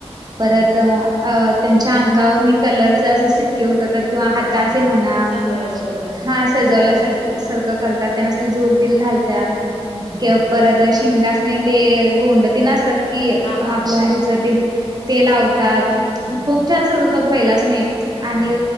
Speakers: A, on the right; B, on the left.
A: परत
B: हा
A: त्यांच्या अंगावर कलर असे सिक्के उठवतात किंवा हाताचे
B: हा हा
A: म्हणा
B: सजवल्यासारखं त्यांना
A: हा
B: हम्म
A: सजवला सारखं करतात त्यांना झोल घालतात
B: हम्म
A: किंवा परत शिंगासणे ते गोंडतीन असतात कि
B: हा
A: आपल्या
B: हा हा
A: ह जतीन ते लाव - तात
B: हम्म
A: खुप छान सजवतात बैलास्नी
B: हा
A: आणि
B: हा